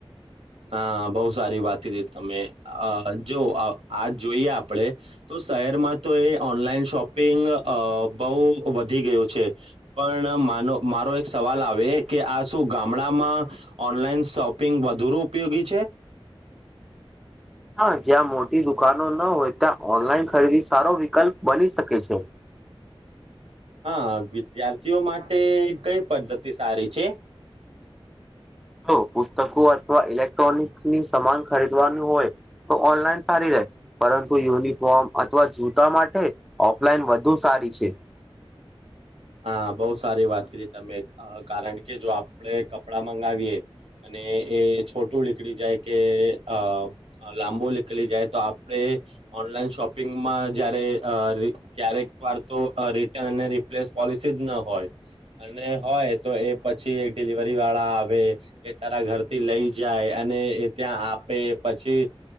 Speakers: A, on the right; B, in the centre.
A: હા બહુ સારી વાત હતીી તમે જો આ જોઈએ આપણેે તો શહેરમાં તો એ ઓનલાઈન શોપિંગ બહુ વધી ગયું છે પણ મારો એક સવાલ આવે કે આ શું ગામડામાં ઓનલાઈન શોપિંગુ ઉપયોગી છે
B: હા જ્યાં મોટી દુકાનો ન હોય ત્યાં ઓનલાઈન ખરીદી સારો વિકલ્પ બની શકે છે <inaudible>
A: હા વિદ્યાર્થીઓ માટે કઈ પદ્ધતિ સારી છે
B: જો પુસ્તકો અથવા ઇલેક્ટ્રોનિકની સમાન ખરીદવાનું હોય તો ઓનલાઈન સારી રહે પરંતુ યુનિફોર્મ અથવા જૂતા માટે ઓફલાઈન વધુ સારી છે
A: હા બહુ સારી વાત કરી તમે કારણ કે જો આપણેે કપડાં મંગાવીએ અને એ છોટું નીકળી જાય કે અ લાંબુ નીકળી જાય તો આપણે શોપિંગમાં જારે ક્યારેક વાર તો રિટર્ન અને રિપ્લેસ પોલિસી જ ન હોય અને હોય તો એ પછી એક ડિલિવરી વાળા આવે એ તારા ઘરથી લઈ જાય અને એ ત્યાં આપે પછી